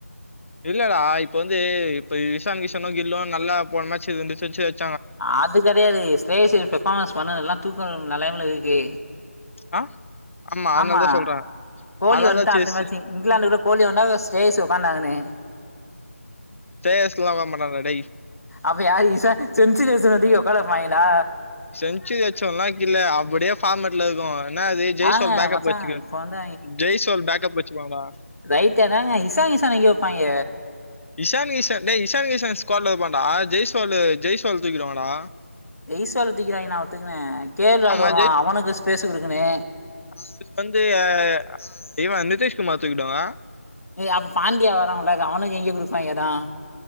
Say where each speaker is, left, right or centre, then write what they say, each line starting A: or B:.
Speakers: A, on the left; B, on the left.
A: இல்லடா இப்ப வந்து இப்ப இஷான் கிஷனு கில்லு நல்லா போன மேச்சி ரெண்டு செஞ்சுரி அ
B: அது கடையாது <unintelligible> பெர்ஃபார்மன்ஸ் பண்ணது எல்லா தூக்கநெலைமை ல இருக்கு
A: ஆ அதனால
B: ஆமா
A: தான் சொல்றேன்.
B: கோலி
A: அதனால
B: வந்துட்டா
A: தான் செஸ்
B: அடுத்த மாச்சிங் இங்குலாந்து கூட கோலி வந்தா <unintelligible>
A: <unintelligible> வர மாட்டாடா டேய்
B: அப்ப யார் ஈசா செஞ்சுரி அடிச்சவன தூக்கி உக்கார வைப்பாங்களா
A: செஞ்சுரி அடிச்சவன்ல வக்கீல் அப்டியே ஃபார்மட்ல இருக்கு என்னா அது <unintelligible>
B: ஆங்க
A: பேக்கப்
B: மச்சா
A: வச்சுக்க
B: இப்ப வந்து
A: ஜெய்சோல் பேக்கப் வச்சுக்குவாங்டா
B: ரைட்டு அதாங்க இஷான் கிஷன் எங்கே வைப்பாங்க
A: இஷான் கிஷன் டே இஷான் கிஷன் ஸ்குவால்ல வைப்பண்ட ஜெய சோல்லு ஜெய் சோல் தூக்கிடுவாங்டா
B: ஜெய் சுவலா தூக்கிடுவாங்க நா ஒத்துக்குவே கே லால்
A: ஆமா
B: வருவா அவனுக்கு ஸ்பேஸ்ஸு குடுக்குனு
A: அதுக்கு வந்து ஆ இவ நிதிஷ்குமார் தூக்கிட்டோங்க
B: ஏ அப்ப பாண்டியா வரா உள்ளக்க அவனுக்கு எங்க குடுப்பாங் எடோ